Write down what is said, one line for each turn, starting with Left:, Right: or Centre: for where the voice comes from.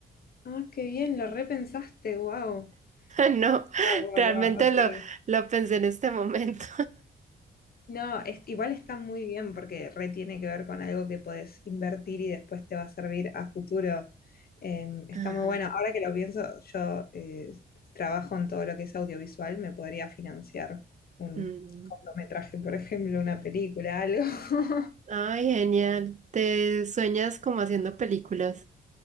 Left: Ah, qué bien, lo repensaste, wow.
Right: No,
Left: Wow, wow,
Right: realmente
Left: wow, ok.
Right: lo, lo pensé en este momento.
Left: No, es- igual está muy bien porque re tiene que ver con algo que podés invertir y después te va a servir a futuro. Eh, está
Right: <laughs> Ajá.
Left: muy bueno. Ahora que lo pienso, yo eh, trabajo en todo lo que es audiovisual, me podría financiar un
Right: Mm.
Left: cortometraje, por ejemplo, una película, algo. <laughs>
Right: Ay, genial. Te sueñas como haciendo películas.